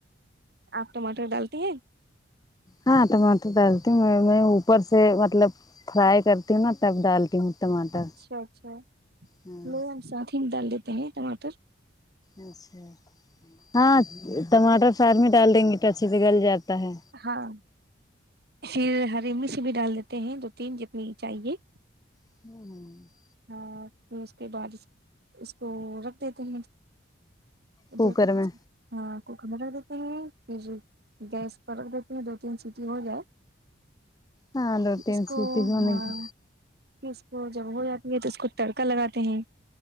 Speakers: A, on the right (about 55°); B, on the left (about 20°).
A: آپ ٹماٹر ڈالتے ہیں
B: ہاں ٹماٹر ڈالتی ہوں میں میں اوپر سے مطلب فرائی کرتی ہوں نا تب ڈالتی ہوں ٹماٹر
A: اچھا اچھا
B: ہاں
A: ہملوگ ساتھ ہی ڈال دیتے ہیں ٹماٹر
B: اچھا ہاں ٹماٹر ساتھ میں ڈال دیں گے تو اچھے سے گل جاتا ہے
A: ہاں پھر ہری مرچ بھی ڈال دیتے ہیں دو تین جتنی چاہیے
B: ہوں
A: ہاں پھر اس کے بعد اس کو رکھ دیتے ہیں
B: کوکر
A: دو تین
B: میں
A: ہاں کوکر میں گر دیتے ہیں پھر گیس پرکھ دیتی ہیں دو تین سیٹی ہو جائے
B: ہاں دو تین
A: اس
B: سیٹی
A: کو
B: ہونے
A: ہاں
B: کی
A: کہ اس کو جب ہو جاتی ہے تو اس کو تڑکا لگاتے ہیں